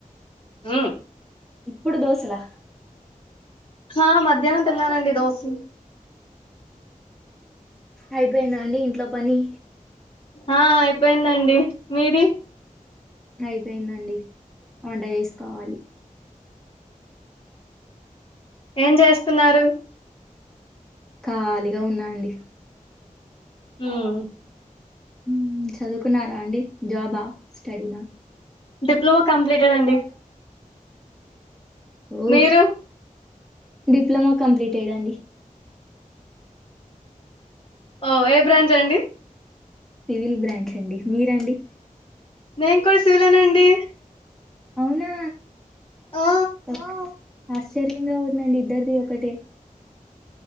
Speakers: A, on the left (about 40°); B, in the centre.
A: ఉమ్
B: ఇప్పుడు దోసలా
A: ఆ మధ్యాహ్నం తిన్నానండి దోసలు
B: అయ్ పోయిందా అండి ఇంట్లో ప్ పని
A: ఆ అయిపోయిందండి మీది
B: అయ్ పోయిందండి వంట జేస్కోవాలి
A: ఏం జేస్తున్నారు
B: ఖాళీగ ఉన్నా అండి
A: ఉమ్
B: మ్ చదువుకున్నారా అండి జాబా స్టడీనా
A: డిప్లొమో కంప్లీటెడ్ అండి
B: ఓహో
A: మీరు
B: డిప్లొమో కంప్లీటెడ్ అండి
A: ఓ ఏ బ్రాంచ్ అండి
B: సివిల్ బ్రాంచ్ అండి మీరండి
A: నేన్ కూడ సివిలేనండి
B: అవునా
A: ఆ
B: ఆ ఆశ్చర్యంగా ఉందండి ఇద్దరిది ఒకటే